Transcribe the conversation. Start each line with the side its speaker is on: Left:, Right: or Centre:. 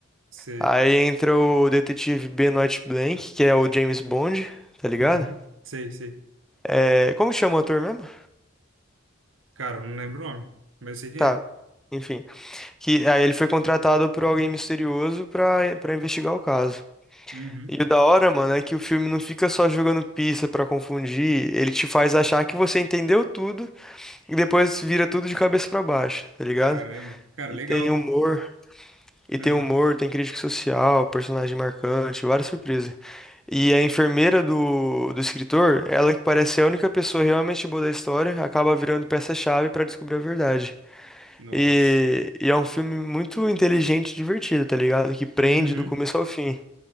Right: sei,
Centre: Aí entra o detetive Benoit Blanc, que é o James Bond, tá ligado?
Right: uhum, sei, sei.
Centre: É, como que chama o ator mesmo?
Right: Cara, não lembro o nome, mas eu sei quem
Centre: Tá,
Right: é.
Centre: enfim. Que aí ele foi contratado por alguém misterioso pra, pra investigar o caso.
Right: uhum,
Centre: E o da hora, mano, é que o filme não fica só jogando pista pra confundir, ele te faz achar que você entendeu tudo e depois vira tudo de cabeça pra baixo, tá ligado?
Right: Caramba, cara,
Centre: E
Right: legal.
Centre: tem humor, e
Right: Aham,
Centre: tem humor, tem crítica social, personagem marcante, várias surpresas. E a enfermeira do, do escritor, ela que parece a única pessoa realmente boa da história, acaba virando peça-chave pra descobrir a verdade.
Right: nossa.
Centre: E, e é um filme muito inteligente e divertido, tá ligado? Que prende
Right: uhum.
Centre: do começo ao fim.